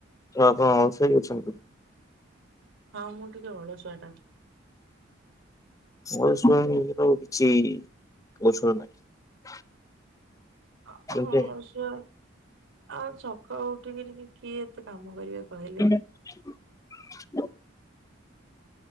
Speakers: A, on the left (about 15°); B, on the right (about 70°).
A: ତ ଆପଣ ଅଳସୁଆ ବି ଅଛନ୍ତି।
B: ହଁ, ମୁଁ ଟିକେ ଅଳସୁଆଟା।
A: ଅଳସୁଆମି ର କିଛି ଔଷଧ ନାହିଁ।
B: ଅ
A: କିନ୍ତୁ
B: ହଁ ମୁଁ ଅଳସୁଆ ଆଉ ସକାଳୁ ଉଠିକିରି କିଏ ଏତେ କାମ କରିବେ। କହିଲେ?
A: କେମିତି ଜାଣ